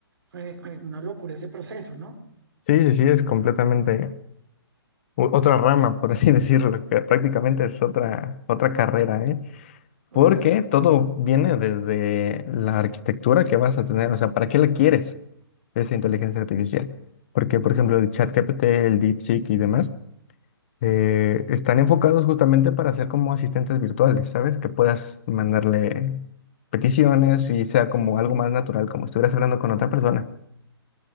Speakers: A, on the right (about 65°); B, on the left (about 30°).
A: eh, eh, una locura ese proceso, ¿no?
B: Sí, sí, sí, es completamente u- otra rama, por así <laughs> decirlo, que prácticamente es otra, otra carrera, ¿eh?
A: Uf,
B: Porque todo viene desde la arquitectura que vas a tener, o sea, ¿para qué la quieres esa inteligencia artificial? Porque, por ejemplo, el ChatGPT, el DeepSeek y demás eh, están enfocados justamente para ser como asistentes virtuales, ¿sabes? Que puedas mandarle peticiones y sea como algo más natural, como estuvieras hablando con otra persona.